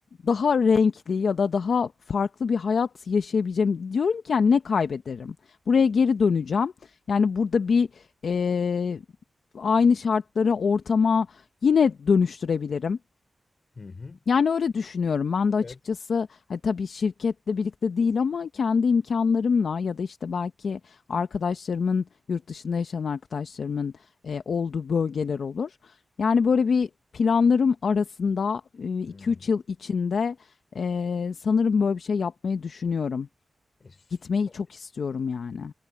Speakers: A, on the left; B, on the left.
A: daha renkli ya da daha farklı bir hayat yaşayabileceğim. Diyorum ki, hani, ne kaybederim? Buraya geri döneceğim. Yani, burada bir, eee, aynı şartlara, ortama Yine dönüştürebilirim.
B: Hı hı.
A: Yani öyle düşünüyorum. Ben
B: Evet.
A: de açıkçası, hani, tabii şirketle birlikte değil ama kendi imkanlarımla ya da, işte, belki arkadaşlarımın, yurt dışında yaşayan arkadaşlarımın, eee, olduğu bölgeler olur. Yani, böyle bir planlarım arasında, eee, 2-3
B: Hmm.
A: yıl içinde, eee, sanırım böyle bir şey yapmayı düşünüyorum.
B: E, süper.
A: Gitmeyi çok istiyorum yani.